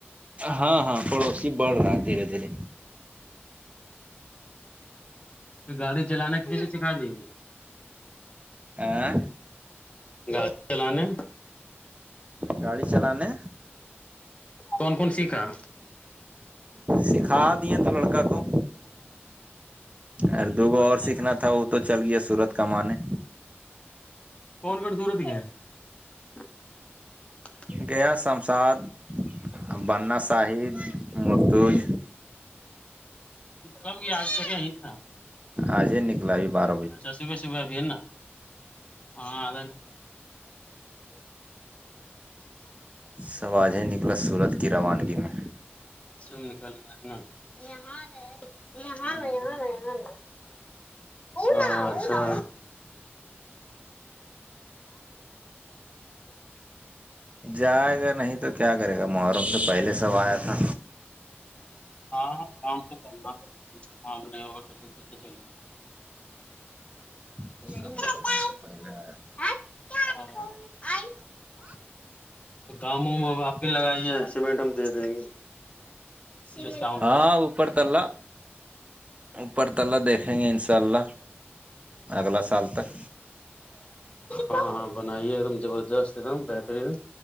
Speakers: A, on the right; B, on the left.
A: ہاں ہاں پڑوسی بڑھ رہا ہے دھیرے دھیرے
B: تو گاڑی چلانا کے سکھا دی
A: <unintelligible>
B: گاڑی چلانے
A: گاڑی چلانے
B: کون کون سیکھا
A: سکھا دیے تو لڑک کو ار دگو
B: بڑھیا
A: اور سیکھنا تھا وہ تو چل گیا سورت کمانے
B: کون کون سورت کیا ہے <unintelligible>
A: گیا شمشاد بننا شاہد مرتوج
B: کب یہ آج تک یہ تھا
A: آج ہی نکلاب بات
B: اچھا صبح صبح ابھی ہے نا ہاں
A: سب آج ہی نکلا سورت کی روانگی میں
B: ش نکل گیا یہاں یہاں یہاںاں اچھا
A: جائے گا نہیں تو کیا کرے گا محرم سے پہلے سب آیا تھا
B: ہاں کام تو کرنا پتا کام نہیں ہوگا تو پھر ک
A: سب
B: <unintelligible>
A: محرم پہلے آ
B: <unintelligible>
A: <unintelligible>
B: کام ہ آپ بھی لگائیے سیمنٹ ہم دے دیں گے ڈسکاؤنٹ
A: ہاں
B: کر
A: اوپر تلہ اوپر تلا دیکھیں گے ان شاء اللہ اگلا سال تک
B: ہاں ہاں بنائیے ایک دم زبردست ایک دم بہترین